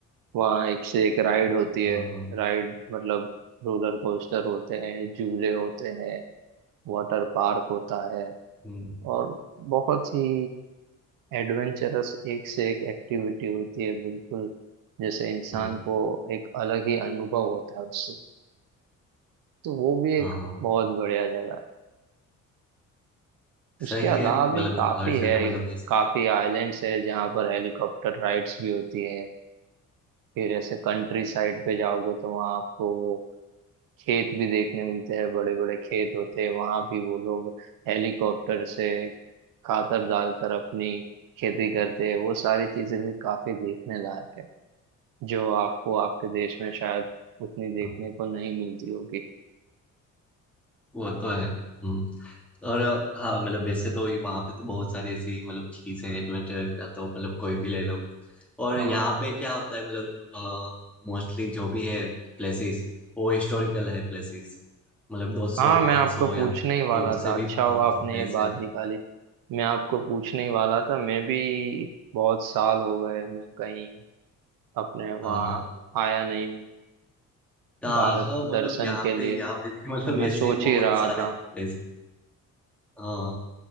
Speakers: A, on the right; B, in the centre.
A: वहाँ एक से एक राइड होती
B: हाँ
A: है
B: हाँ
A: राइड मतलब रोलर कोस्टर होते हैं झूले होते हैं वाटर पार्क होता है
B: हम्म,
A: और बहुत ही एडवेंचरस एक से एक एक्टिविटी होती है बिल्कुल जैसे इंसान
B: हम्म,
A: को एक अलग ही अनुभव होता है उससे तो वो भी एक
B: हाँ हाँ
A: बहुत बढ़िया जगह है उसके
B: सही
A: अलावा
B: है
A: भी
B: मतलब
A: काफी
B: हर जगह
A: है
B: मतलब
A: एक
B: ऐसे
A: काफी आइलैंड्स है जहाँ पर हेलीकॉप्टर राइड्स भी होती है फिर ऐसे कंट्री साइड पे जाओगे तो वहाँ आपको खेत भी देखने मिलते हैं बड़े बड़े खेत होते हैं वहाँ भी वो लोग हेलीकॉप्टर से खातर डालकर अपनी खेती करते हैं वो सारी चीजें भी काफी देखने लायक है जो आपको आपके देश में शायद उतनी देखने
B: हाँ,
A: को नहीं मिलती होगी
B: वो तो है हम्म और अ, हाँ मतलब वैसे तो ये वहाँ पे तो बहुत सारी ऐसी मतलब चीज़ें हैं, एडवेंचर या तो मतलब कोई भी ले लो और
A: हाँ
B: यहाँ पे क्या होता है मतलब मोस्टली जो भी है प्लेसेस वो हिस्टोरिकल है प्लेसेस मतलब दो सौ
A: हाँ मैं
B: पाँच
A: आपको
B: सौ
A: पूछने
B: या
A: ही वाला
B: तो उससे
A: था अच्छा
B: भी पुराने
A: हुआ आपने
B: जो प्लेस
A: ये बात
B: है
A: निकाली मैं आपको पूछने ही वाला था मैं भी बहुत साल हो गए मैं कहीं अपने वहाँ
B: हाँ हाँ
A: आया नहीं हूँ
B: तो आ
A: भारत
B: जाओ मतलब
A: दर्शन
B: यहाँ
A: के लिए
B: पे यहाँ
A: तो
B: पे भी मतलब
A: मैं
B: ऐसे
A: सोच ही
B: बहुत
A: रहा
B: सारे
A: था
B: प्लेसेस हाँ